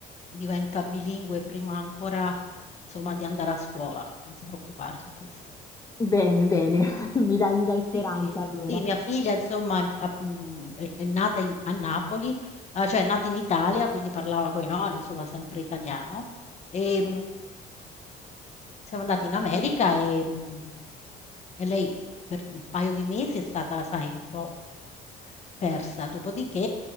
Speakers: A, on the left (about 40°); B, on the left (about 20°).
A: diventa bilingue prima ancora, insomma, di andare a scuola. Non ti preoccupare su questo.
B: bene, bene, <laughs> mi dai, mi dai speranza
A: Sì, sì,
B: allora.
A: sì, mia figlia, insomma, è, a- mm, è- è nata in- a Napoli, eh, cioè è nata in Italia, quindi parlava con i nonni, insomma, sempre italiano. E, Siamo andati in America e, mh, e lei per un paio di mesi è stata, sai, un po' persa. Dopodiché,